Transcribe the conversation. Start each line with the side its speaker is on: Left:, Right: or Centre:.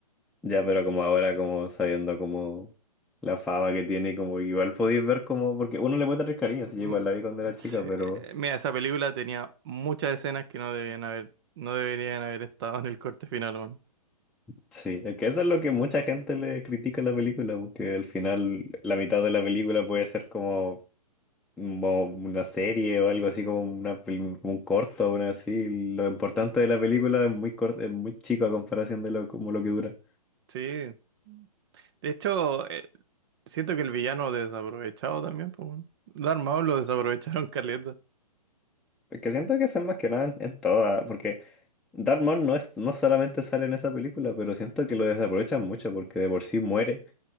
Centre: Ya, pero como ahora, como sabiendo como la fama que tiene, y como igual podéis ver como... Porque uno le puede tener cariño, si yo
Right: Mm,
Centre: igual la vi cuando era chica,
Right: sí,
Centre: pero...
Right: eh, Mira, esa película tenía muchas escenas que no debían haber, no deberían haber estado en el corte final, weón.
Centre: Sí, es que eso es lo que mucha gente le critica a la película, porque al final la mitad de la película puede ser como, como una serie o algo así, como, una, pel- como un corto o una así. Lo importante de la película es muy corto, es muy chico a comparación de lo, como lo que dura.
Right: Sí. De hecho, eh, siento que el villano desaprovechado también, pues, weón. Darth Maul lo desaprovecharon <laughs> caleta.
Centre: Es que siento que eso es más que nada en, en toda, porque Darth Maul no es, no solamente sale en esa película, pero siento que lo desaprovechan mucho porque de por sí muere.